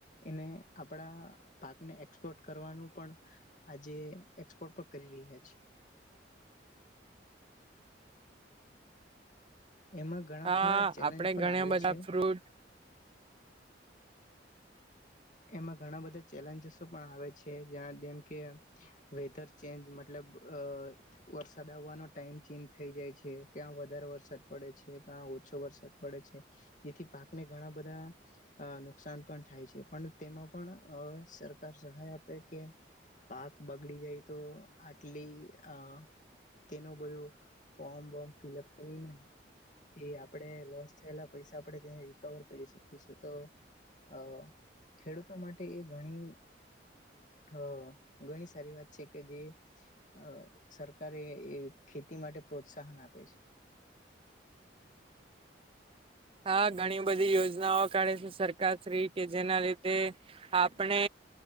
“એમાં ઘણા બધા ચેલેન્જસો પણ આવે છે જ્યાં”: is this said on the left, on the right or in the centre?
Left